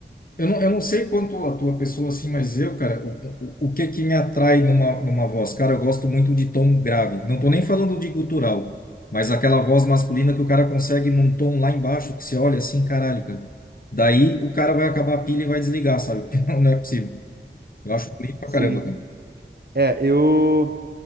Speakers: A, on the left; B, on the right.
A: Eu não, eu não sei quanto a tua pessoa, assim, mas eu, cara, o, o, o que é que me atrai numa, numa voz? Cara, eu gosto muito de tom grave, não tô nem falando de gutural, mas aquela voz masculina que o cara consegue num tom lá embaixo, que você olha assim, caralho, cara. Daí o cara vai acabar a pilha e vai desligar, sabe? <laughs> Não é possível. Eu acho bonito pra
B: Sim.
A: caramba, cara.
B: É, eu.